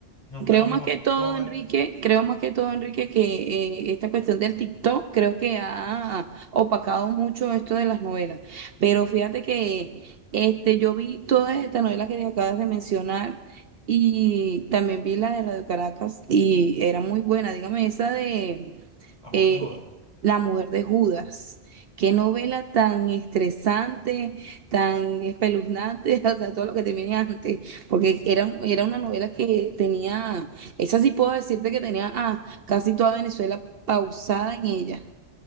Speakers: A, on the left; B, on the right.
A: no están
B: Creo
A: los
B: más
A: mismos
B: que todo,
A: actores,
B: Enrique, creo más que todo, Enrique, que eh, esta cuestión del TikTok creo que ha opacado mucho esto de las novelas. Pero fíjate que este, yo vi todas estas novelas que te acabas de mencionar y también vi la de Radio Caracas y era muy buena. Dígame, esa de
A: la mujer
B: eh,
A: de Judas.
B: La mujer de Judas. Qué novela tan estresante, tan espeluznante, <laughs> o sea, todo lo que te viene antes. Porque era, era una novela que tenía, esa sí puedo decirte que tenía ah, casi toda Venezuela pausada en ella.